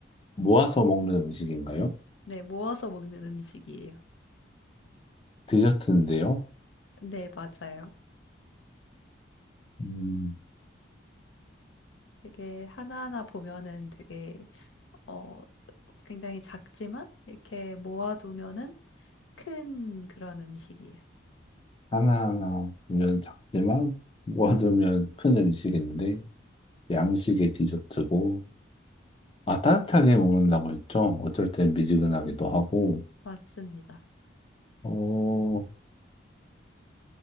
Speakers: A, on the left; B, on the left.
A: 모아서 먹는 음식인가요?
B: 네, 모아서 먹는 음식이에요.
A: 디저트인데요.
B: 네, 맞아요.
A: 음,
B: 되게 하나하나 보면은 되게 어 굉장히 작지만 이렇게 모아두면은 큰 그런 음식이에요.
A: 하나하나 보면 작지만 모아두면 큰 음식인데 양식의 디저트고, 아, 따뜻하게 먹는다고 했죠? 어쩔 땐 미지근하기도 하고,
B: 맞습니다.
A: 어,